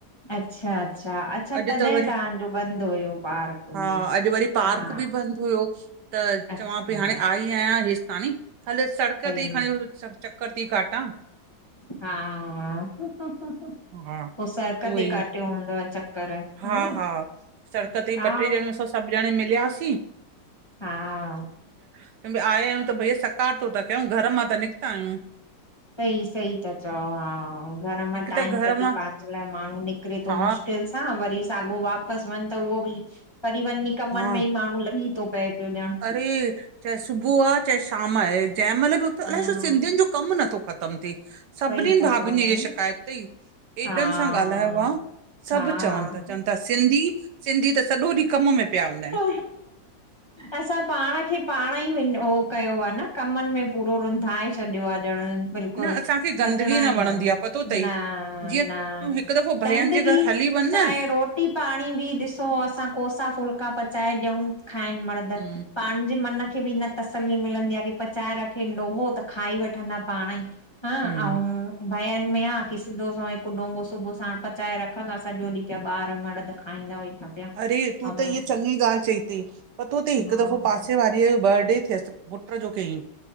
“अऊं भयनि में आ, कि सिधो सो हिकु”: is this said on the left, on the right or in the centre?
Left